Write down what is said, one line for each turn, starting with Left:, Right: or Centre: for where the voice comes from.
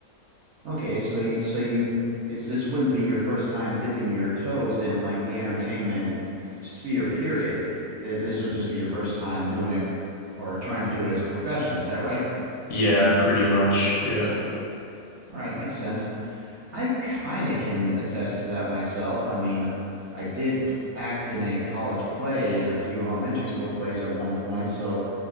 Right: Okay, so y- so you've it's this wouldn't be your first time dipping your toes in like the entertainment sphere period. Uh, This would just be your first time doing it or trying to do it as a profession, is that right?
Left: Yeah, pretty much. Yeah. <laughs>
Right: All right, makes sense. I kind of can attest to that myself. I mean, I did p- act in a college play and a few elementary school plays at one point, so